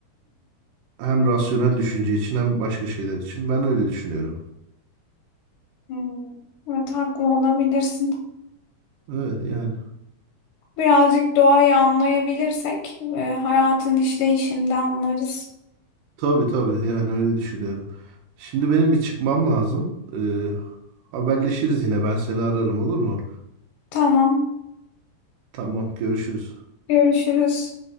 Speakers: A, on the right; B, on the left.
A: Hem rasyonel düşünce için hem başka şeyler için. Ben öyle düşünüyorum.
B: Hmm, Evet haklı olabilirsin.
A: Evet yani.
B: Birazcık doğayı anlayabilirsek e, hayatın işleyişini de anlarız.
A: Tabii tabii yani öyle düşünüyorum. Şimdi benim bir çıkmam lazım. E, haberleşiriz yine. Ben seni ararım olur mu?
B: Tamam.
A: Tamam, görüşürüz.
B: Görüşürüz.